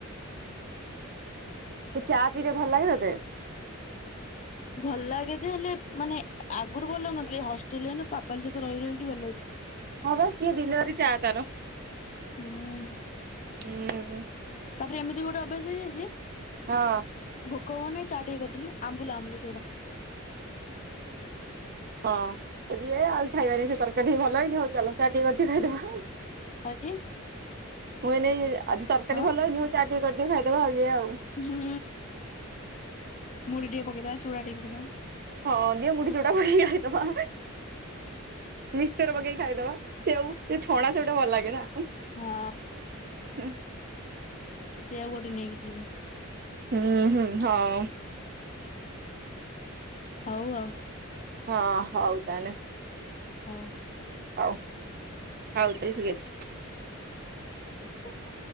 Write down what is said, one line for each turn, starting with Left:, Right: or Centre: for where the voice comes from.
Right: ସେ ଚା ପିଇଲେ ଭଲ ଲାଗେ ତତେ?
Left: ଭଲ ଲାଗେ ଯେ ହେଲେ ମାନେ ଆଗରୁ ଭଲ ହଉନଥିଲେ ହଷ୍ଟେଲରେ ପାପାଲି ସହିତ ରହି ରହିକି ଭଲ ହଉଛି।
Right: ହଁ ବା ସିଏ ଦିନ ରାତି ଚା ତାର
Left: ହୁଁ
Right: ହୁଁ
Left: ତାପରେ ଏମିତି ଗୋଟ ଅ୍ୟାସ ହେଇଯାଇଛି
Right: ହଁ
Left: ଭୋକ ହବନେଇ ଚା ଟିକେ କରିଦଲୁ ଆମ୍ବୁଲା ଆମ୍ବୁଲ ସେଟା।
Right: ହଁ ଯିବେ ଆଉ ଖାଇବନି ସେ ତରକାରୀ ଟ ଭଲ ହେଇନି ହଉ ଚାଲ ଚା ଟିକେ ଖାଇଦବା।
Left: <unintelligible>
Right: ମାନେ ଆଜି ତରକାରୀ
Left: ହଁ
Right: ଭଲ ହେଇନି ହୋଉ ଚା ଟିକେ କରିଦିଏ ଖାଇଦବା ଏଇଆ ଆଉ।
Left: ହୁଁ ମୁଡ଼ି ଟେ ପକେଇଦେବା ଚୁଡ଼ା ଟି ପକେଇ ଦେବା।
Right: ହଁ ଦିଅ ମୁଢି ଚୂଡ଼ା ପକେଇ ଖାଇଦବା ମିିକ୍ଚର ପକେଇକି ଖାଇଦବା ସେଉ ସେ ଛଣା ସେଉ ଟା ଭଲ ଲାଗେ ନା?
Left: ହଁ
Right: ହୁଁ
Left: ସେଉ ଗୋଟେ ନେଇକି ଯିବି।
Right: ହୁଁ ହୁଁ ହଁ।
Left: ହଉ ଆଉ।
Right: ହଁ ହଉ ତାହାନେ।
Left: ହଉ
Right: ହଉ ହଉ ତାହେଲେ ଠିକ ଅଛି
Left: ହ ଓ